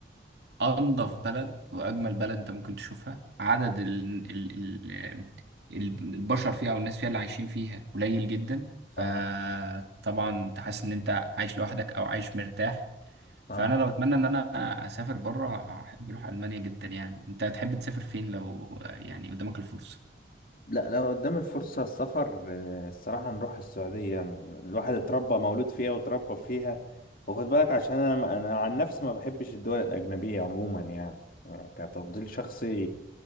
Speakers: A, on the right (about 70°); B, on the left (about 50°).
A: انضف بلد واجمل بلد انت ممكن تشوفها عدد ال ال ال البشر فيها او الناس فيها اللي عايشين فيها قليل جدا فطبعا
B: اه
A: انت حاسس ان انت عايش لوحدك او عايش مرتاح
B: اه
A: فانا لو اتمنى ان انا اسافر بره احب اروح المانيا جدا يعني انت تحب تسافر فين لو يعني قدامك الفرصه
B: لا لو قدام الفرصة السفر آه، الصراحة نروح السعودية الواحد اتربى مولود فيها واتربى فيها وخد بالك عشان انا ما- انا عن نفسي ما بحبش الدول الأجنبية عموما يعني آه، كتفضيل شخصي